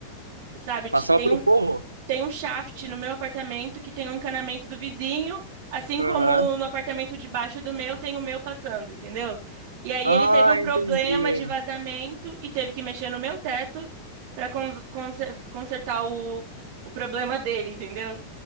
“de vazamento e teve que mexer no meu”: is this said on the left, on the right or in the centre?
Right